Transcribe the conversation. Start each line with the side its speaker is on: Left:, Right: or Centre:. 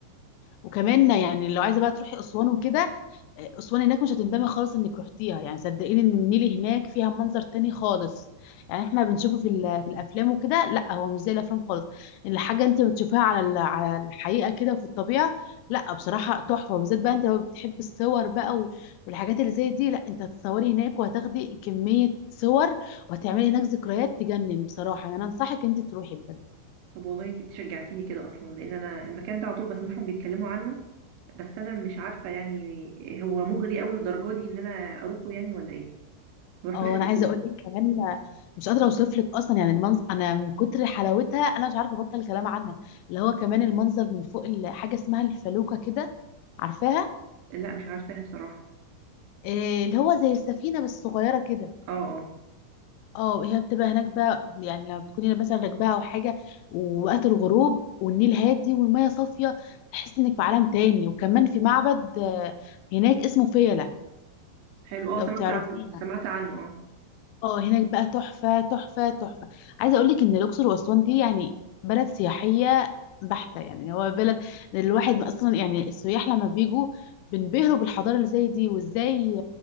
Left: وكمان يعني لو عايزه بقى تروحي اسوان وكده آه، اسوان هناك مش هتندمي خالص انك رحتيها يعني صدقيني ان النيل هناك فيها منظر تاني خالص يعني احنا بنشوفه في ال- في الافلام وكده لا هو مش زي الافلام خالص الحاجه انت بتشوفها على ال- على الحقيقه كده في الطبيعه لا بصراحه تحفه بالذات بقى انت لو بتحب الصور بقى و- والحاجات اللي زي دي لا انت هتتصوري هناك وهتاخدي كميه صور وهتعملي هناك ذكريات تجنن بصراحه يعني انا انصحك انت تروحي بجد
Right: طب والله أنت شجعتيني كده أصلا لأن أنا المكان ده على طول بسمعهم بيتكلموا عنه بس أنا مش عارفة يعني هو مغري أوي للدرجة دي إن أنا أروحه يعني ولا إيه ما رحتوش
Left: اه
Right: قبل
Left: انا عايزه
Right: كده
Left: اقول لك كمان مش قادره اوصف لك اصلا يعني المنظر انا من كتر حلاوتها انا مش عارفه ابطل الكلام عنها اللي هو كمان المنظر من فوق ال- حاجه اسمها الفلوكه كده عارفاها
Right: لا مش عارفاها بصراحة
Left: إيه اللي هو زي السفينه بس صغيره كده
Right: اه اه
Left: اه هي بتبقى هناك بقى يعني لما بتكوني مثلا راكباها او حاجه ووقت الغروب والنيل هادي والميه صافيه تحس انك في عالم تاني وكمان في معبد آه، هناك اسمه فيلة
Right: حلو اه
Left: لو
Right: سمعت
Left: تعرفيها
Right: عنه سمعت عنه اه
Left: اه هناك بقى تحفة تحفة تحفة عايزة اقولك ان الاقصر واسوان دي يعني بلد سياحية بحتة يعني هو بلد الواحد اصلا يعني السياح لما بيجوا بينبهروا بالحضارة اللي زي دي وازاي